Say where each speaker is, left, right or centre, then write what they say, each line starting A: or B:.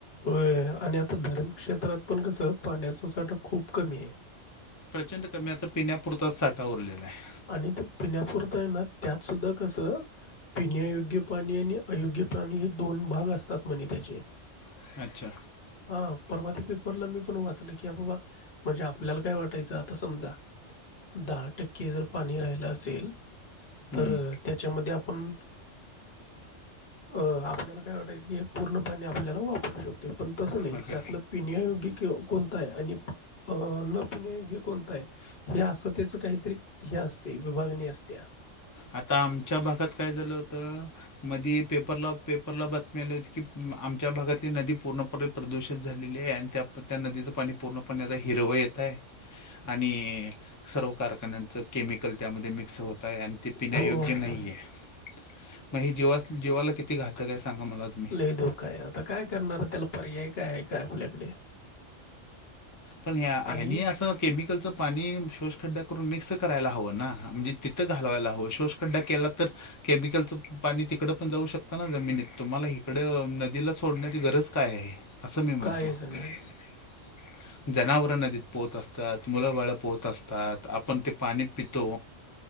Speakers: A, on the left; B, on the left.
A: होय आणि आता धरण क्षेत्रात पण कसं पाण्याचा साठा खूप कमी आहे
B: प्रचंड कमी आता पिण्यापुरताच साठा उरलेला आहे
A: आणि ते पिण्यापुरत आहे ना त्यात सुद्धा कसं पिण्यायोग्य पाणी आणि अयोग्य पाणी हे दोन भाग असतात म्हणे त्याचे
B: आहे अच्छा
A: हा परवा <inaudible> <unintelligible> मी पण वाचल की बाबा - म्हणजे आपल्याला काय वाटयचं त समजा दाटक क जर पाणी राहिलं असेल
B: हम्म,
A: तर त्याच्यामध्ये आप पण अ आपल्याला काय वाटायचं की पूर्ण पाणी आपल्याला वापरू शकते पण तसं नाही
B: अच्छा
A: त्यातलं पिण्यायोग कोणता आहे आणि न पिण्यायोग्य कोणता आहे हे असं त्याच काहीतरी या असते विभागणी असत्या
B: आता आमच्या भागात काय झालं होतं मधी पेपरला पेपरला बातमी आली होती की आमच्या भागातली नदी पूर्णपणे प्रदूषित झालेली आहे आणि त्या त्या नदीचं पाणी पूर्णपणे आता हिरवं येत आहे आणि सर्व कारखान्यांचं केमिकल त्यामध्ये मिक्स होत आहे आणि पिण्या
A: हो,
B: योग्य नाही आहे मग ह जीवा जीवाला किती घातक आहे सांगा मला तुम्ही
A: ल दो काय आता काय करणार त्याला पर्याय काय आहे काय आपल्याकडे
B: पण या हयानी
A: आणि
B: असं केमिकलच पाणी शोष खड्डा करून मिक्स करायला हव ना म्हणजे तिथं घालवायला हवं शोषखड्डा केला तर केमिकल च पाणी तिकड पण जाऊ शकता ना जमिनीत तुम्हाला इकडे अ नदीला सोडण्याची गरज काय आहे असं मी म्हणतो
A: कायच नाही
B: काय झालं ये जनावर नदीत पोहत असतात मुलं बाळ पोहत असतात आपण ते पाणी पितो